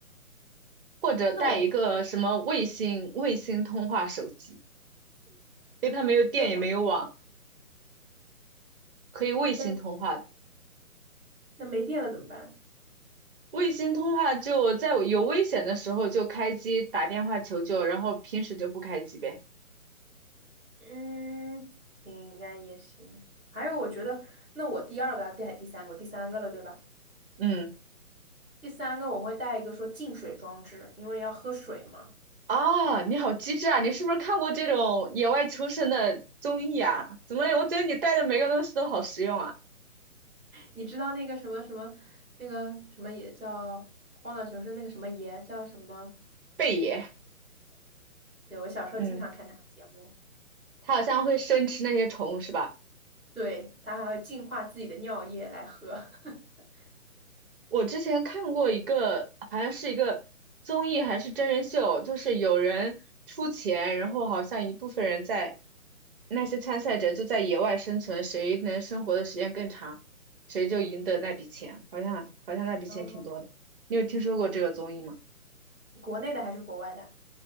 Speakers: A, on the right (about 40°); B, in the centre.
A: 或者带一个什么卫星卫星通话手机，
B: 那我
A: 因为它没有电也没有网，
B: 那
A: 可以卫星通话的。
B: 那那没电了怎么办？
A: 卫星通话就在我有危险的时候就开机打电话求救，然后平时就不开机呗。
B: 嗯，行，应该也行。还有，我觉得那我第二个还第三个，第三个了，对吧？
A: 嗯，
B: 第三个我会带一个说净水装置，因为要喝水嘛。
A: 啊，你好机智啊！你是不是看过这种野外求生的综艺啊？怎么，我觉得你带的每个东西都好实用啊。
B: 你知道那个什么什么那个什么也叫荒岛求生那个什么爷叫什么？
A: 贝爷，
B: 对，我小时候经常看他的节目。
A: 嗯，他好像会生吃那些虫是吧？
B: 对，它还会净化自己的尿液来喝。<laughs>
A: 我之前看过一个，好像是一个综艺还是真人秀，就是有人出钱，然后好像一部分人在那些参赛者就在野外生存，谁能生活的时间更长，谁就赢得那笔钱。好像好像那笔钱挺多的，
B: 哦，
A: 你有听说过这个综艺吗？
B: 国内的还是国外的？